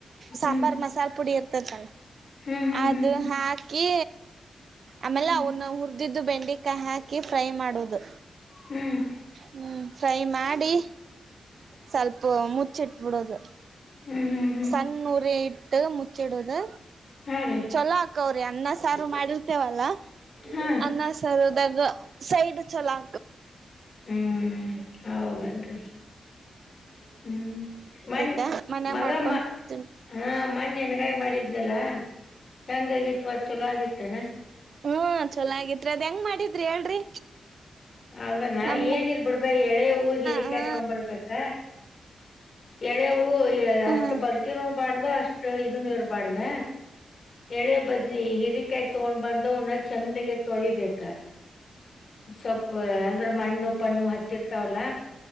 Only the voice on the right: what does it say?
ಸಾಂಬಾರ್ ಮಸಾಲೆ ಪುಡಿ ಇರ್ತತಲ್ಲ.
ಅದು
ಹಾಕಿ ಆಮೇಲೆ
ಅವ್ರನ್ನ ಹುರಿದಿದ್ದು ಬೆಂಡೆಕಾಯಿ ಹಾಕಿ ಫ್ರೈ ಮಾಡೋದು
ಹ್ಮ್ ಫ್ರೈ ಮಾಡಿ ಸ್ವಲ್ಪ ಮುಚ್ಚಿಟ್ಬಿಡೋದು.
ಸಣ್ಣ ಉರಿ ಇಟ್ಟು ಮುಚ್ಚಿಡುದು
ಚಲೋ ಹಾಕ ಅನ್ನ ಸಾರು ಮಾಡಿರ್ತಿವಲ್ಲ
ಅನ್ನ ಸಾರ್ ಅನ್ನ ಸಾರ್ದಾಗ ಸೈಡ್ ಚಲಾ
ತೈತೆ ಮನ್ಯಾಗ ಮಾಡ್ಕೊಂತೀನಿ
ಹ್ಮ್ ಚಲಾಗಿತ್ರಿ ಅದ್ ಹೆಂಗ್ ಮಾಡಿದ್ರಿ ಹೇಳ್ರಿ.
ನಮ್ಗ
ಹಾ
ಹ್ಮ